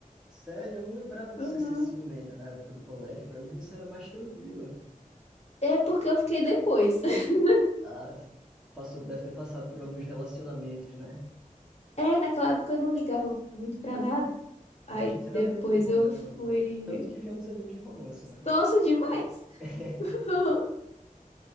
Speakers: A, in the centre; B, on the left (about 50°).
A: Sério, eu não lembrava de
B: Aham.
A: você ser ciumenta na época do colégio. Pra mim você era mais tranquila.
B: É porque eu fiquei depois. <laughs>
A: Ah, passou, deve ter passado por alguns relacionamentos, né?
B: É, naquela época eu não ligava muito pra nada. Aí
A: É, a gente era
B: depois
A: meio bobão
B: eu
A: na época
B: fui.
A: do colégio. Tanto que viemos animes de romance, né?
B: Nossa, demais!
A: <laughs>
B: <laughs>